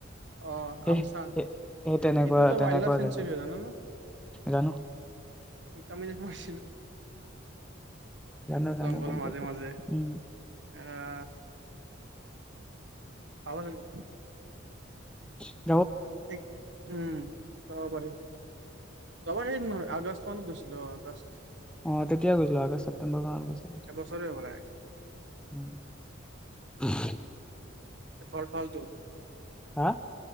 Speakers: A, on the right; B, in the centre.
A: অ',
B: সেই
A: আমচাং
B: সেই সেই তেনেকুৱা
A: সেইটো টো
B: তেনেকুৱা
A: ৱাইল্ড লাইফ চেনচুৰি
B: জেগা
A: হয় জান ন'
B: জানো
A: সেইটো আমি কি‌ কৰি আছ
B: জানো জানো
A: জংগলৰ
B: গম
A: মাজে
B: পাইছো
A: মাজে
B: উম
A: অহ পাগল হয় নেকি
B: <inaudible>
A: এক উম যাব পাৰি যোৱাবাৰ সেই উম আগষ্ট মানত গৈছিলো অ', আগষ্ট
B: অ', তেতিয়া গৈছিলো আগষ্ট ছেপ্টেম্বৰ মানত গৈছিলো।
A: এবছৰে হ'বলা
B: উম হুমচ
A: ঘৰ ফালটো
B: হা